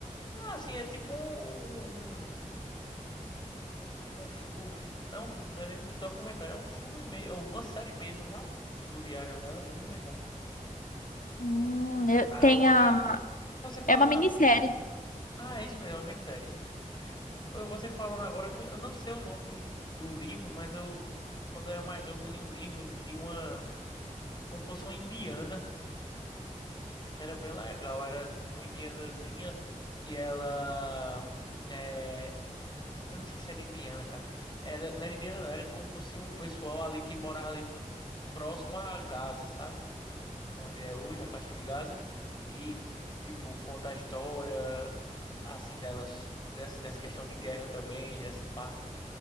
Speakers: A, on the left; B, on the left.
A: Ah, Assim, é tipo um, um, um Um, f- um f- não, não é nem um documentário, é um filme mesmo, uma série mesmo, sabe? Tipo, do diário dela, é bem legal.
B: Hum, eu-
A: Cara,
B: tem
A: uma
B: a...
A: vez eu- você falando
B: É uma minissérie.
A: agora. Ah, é isso mesmo, é muito sério, isso mesmo. Eu- Você falando agora, eu me- eu não sei o nome do, f- do livro, mas eu, quando eu era mais novo, eu li um livro de uma, como fosse uma indiana, que era bem legal. Era de uma indianazinha que ela. É, eu não sei se era indiana, cara. Era, não era indiana, não, era como fosse um pessoal ali que morava ali. próximo a Gaza, sabe? Onde é hoje a faixa de Gaza e tipo conta a história assim delas, assim dessa questão de guerra também, dessa parte.